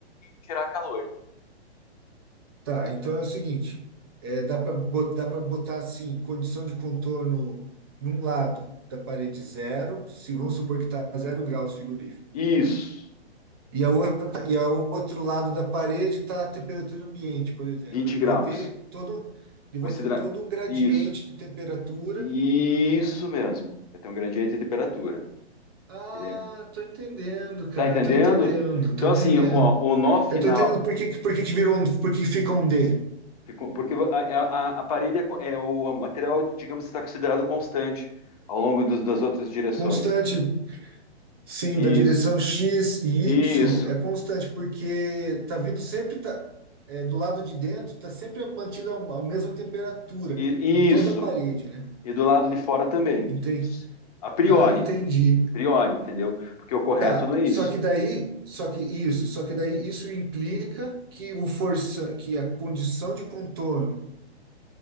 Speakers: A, on the left; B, on the right.
A: gerar calor.
B: tá, então é o seguinte, é, dá para dá para botar assim, condição de contorno num lado da parede zero, se vamos supor que está zero graus frigorífico.
A: Isso,
B: E a outra, e ao outro lado da parede está a temperatura ambiente, por exemplo.
A: Vinte
B: E
A: graus.
B: vai ter todo, e
A: Considera
B: vai ter todo um gradiente
A: isso.
B: de temperatura.
A: Isso mesmo. Vai ter um gradiente de temperatura.
B: Ah,
A: Ele-
B: tô entendendo, cara.
A: Tá entendendo?
B: Tô entendendo, tô
A: Então,
B: entendendo.
A: assim, ó, o nó final,
B: Eu tô entendendo por que, que- por que que virou um, por que fica um D.
A: Ficou- porque a, é, a, a parede é, co- é o a material, digamos, está considerado constante ao longo dos- das outras direções.
B: Constante, sim,
A: Isso,
B: da direção X e
A: isso,
B: Y é constante porque tá vindo sempre tá, é, do lado de dentro, tá sempre mantida a a mesma temperatura
A: e-
B: em toda
A: isso.
B: a parede, né?
A: E do lado de fora também.
B: Entendi.
A: A priori,
B: Ah, entendi.
A: a priori, entendeu? Porque o correto
B: Tá,
A: não é
B: só
A: isso.
B: que daí, só que isso, só que daí isso implica que o força, que a condição de contorno,